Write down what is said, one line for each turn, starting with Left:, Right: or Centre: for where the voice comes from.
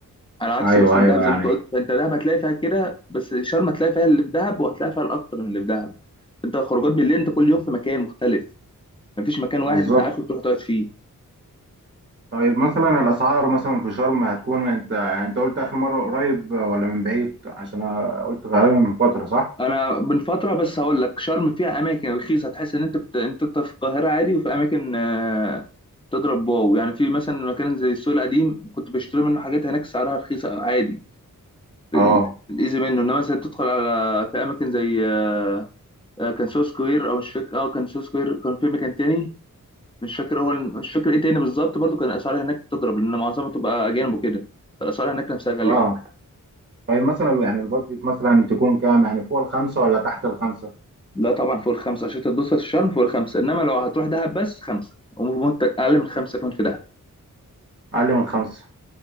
Left: على عكس
Right: ايوه
Left: مثلا
Right: ايوه
Left: دهب زي
Right: يعني
Left: ما انت قلت فانت دهب هتلاقي فيها كده بس شرم هتلاقي فيها اللي في دهب وهتلاقي فيها الاكتر من اللي في دهب انت خروجات بالليل انت كل يوم في مكان مختلف مفيش مكان واحد
Right: بالظبط
Left: انت عارفه تروح تقعد فيه
Right: طيب مثلا الاسعار مثلا في شرم هتكون انت يعني انت قلت اخر مره قريب ولا من بعيد عشان انا قلت غالبا من فتره صح
Left: انا من فتره بس هقول لك شرم فيها اماكن رخيصه هتحس ان انت بت... انت أنت في القاهره عادي وفي اماكن آه، تضرب واو يعني في مثلا مكان زي السوق القديم كنت بشتري منه حاجات هناك سعرها رخيصه عادي ال-
Right: اه
Left: الايزي منه انما مثلا تدخل على في اماكن زي آه، آه، كان سو سكوير او مش فاكر اه كان سو سكوير كان في مكان تاني مش فاكر هو الم- مش فاكر ايه تاني بالظبط برضو كان الاسعار هناك تضرب لان معظمها تبقى اجانب وكده فالاسعار هناك نفسها غاليه
Right: اه طيب مثلا يعني البادجت مثلا تكون كام يعني فوق الخمسه ولا تحت الخمسه
Left: لا طبعا فوق الخمسة عشان تتبسط في الشرم فوق الخمسة إنما لو هتروح دهب بس خمسة وممكن أقل من خمسة كمان في دهب
Right: اقل من خمسه